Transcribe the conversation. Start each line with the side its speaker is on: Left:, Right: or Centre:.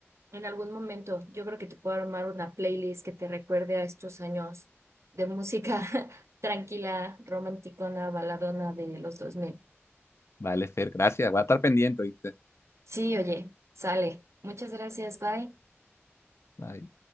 Right: en algún momento yo creo que te puedo armar una playlist que te recuerde a estos años de música <laughs> tranquila, romanticona, baladona de los 2000.
Left: Vale, Fer, gracias, voy a estar pendiente, ¿viste?
Right: Sí, oye, sale. Muchas gracias, bye.
Left: Bye.